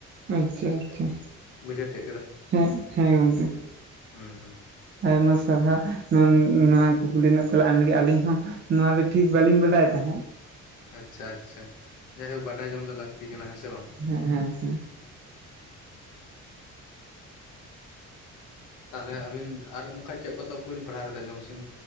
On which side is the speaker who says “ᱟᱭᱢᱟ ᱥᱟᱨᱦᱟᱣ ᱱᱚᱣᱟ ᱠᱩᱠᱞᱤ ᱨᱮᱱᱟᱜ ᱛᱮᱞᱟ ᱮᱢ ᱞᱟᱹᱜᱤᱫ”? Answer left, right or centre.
Right